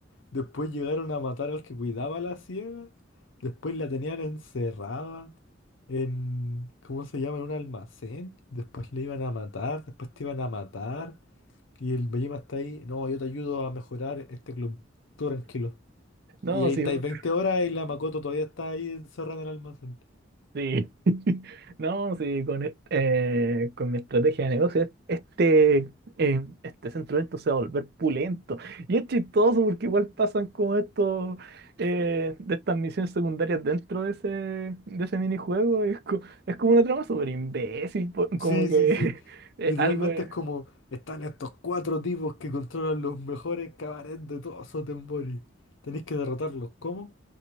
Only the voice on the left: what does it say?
Después llegaron a matar al que cuidaba a la ciega. Después la tenían encerrada en, ¿cómo se llama? En un almacén. Después le iban a matar. Después te iban a matar. Y el Bellima está ahí. No, yo te ayudo a mejorar este club. Tú tranquilo.
Y ahí
estáis
20 horas y la Makoto todavía está ahí encerrada en el almacén.
Sí,
sí, sí.
Literalmente
es como, están estos cuatro tipos que controlan los mejores cabarets de todo Sotembori. Tenéis que derrotarlos. ¿Cómo?